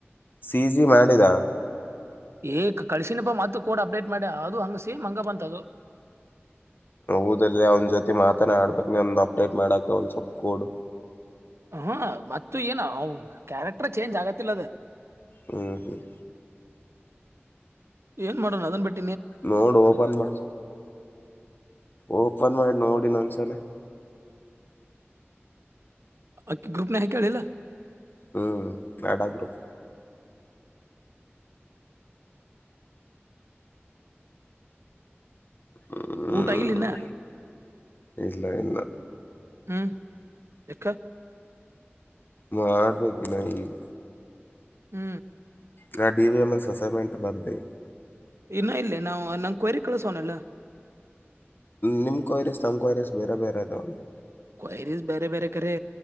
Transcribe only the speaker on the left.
ಸಿಜಿ ಮಾಡಿದ
ಊದಲ್ಲ ಅವನ್ಜೊತಿ ಮಾತಾನ ಆಡ್ಬೇಕಕ್ನೆ ಒಂದ್ ಅಪ್ಡೇಟ್ ಮಾಡಕ ಒಂದ್ ಸ್ವಲ್ಪ್ ಕೋಡು
ಹ್ಮ್ ಹ್ಮ್
ನೋಡು ಓಪನ್ ಮಾಡ ಓಪನ್ ಮಾಡಿ ನೋಡಿ ನಂದ್ಸಲ
ಹ್ಮ್ ಎಡ ಗ್ರೂಪ್ ಹ್ಮ್
ಇಲ್ಲ ಇಲ್ಲ
ಮಾಡ್ಬೇಕಿನ ಈಗ
ನಾ D V M S assignment ಬರ್ದೆ
ನಿಮ್ ಕ್ವರೀಸ್ ನಮ್ ಕ್ವರೀಸ್ ಬೇರೆ ಬೇರೆ ಅದಾವ